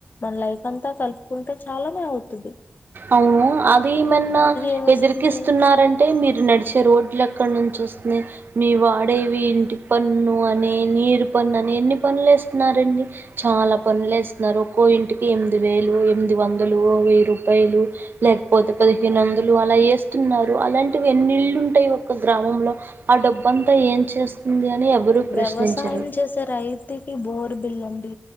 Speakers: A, on the left; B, on the right.
A: మన లైఫ్ అంతా కలుపుకుంటే చాలానే అవుతది
B: అవును అది ఏమన్నా
A: ఏమొస్తుంది
B: ఎదిరికిస్తున్నార అంటే మీరు నడిచే రోడ్లు ఎక్కడ నుంచి వస్తున్నాయి మీ వాడేవి ఇంటి పన్ను అని నీరు పన్ను అని ఎన్ని పన్నులు వేస్తున్నారండి చాలా పన్నులు వేస్తున్నారు ఒక్కో ఇంటికి ఎనిమిది వేలు ఎనిమిది వందలు వెయ్యి రూప్ పాయలు లేకపోతే పదిహేను వందలు అలా వేస్తున్నారు అలాంటివి ఎన్ని ఇళ్ళు ఉ టాయ్ ఒక గ్రామంలో ఆ డబ్బుంతా ఏం చేస్తుంది అని ఎవ్వరూ ప్రశ్నించరు
A: వ్యవసాయం చేసే రైతుకి బోరు బిల్ అండి